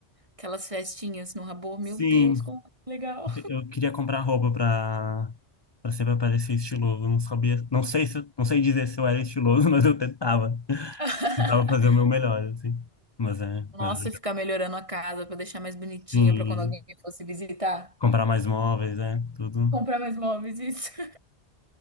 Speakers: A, on the right; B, on the left.
A: aquelas festinhas no Rabô, meu
B: Sim.
A: Deus, como que é legal.
B: Eu queria comprar roupa pra, pra sempre parecer estiloso. Não sabia, não sei se, não sei dizer se eu era estiloso, <laughs> mas eu tentava.
A: <laughs>
B: Tentava fazer o meu melhor, assim. Mas é,
A: Nossa,
B: mas é legal.
A: ficar melhorando a casa pra deixar mais bonitinha
B: Sim,
A: pra quando alguém fosse visitar.
B: comprar mais móveis, né? Tudo.
A: Comprar mais móveis, isso. <laughs>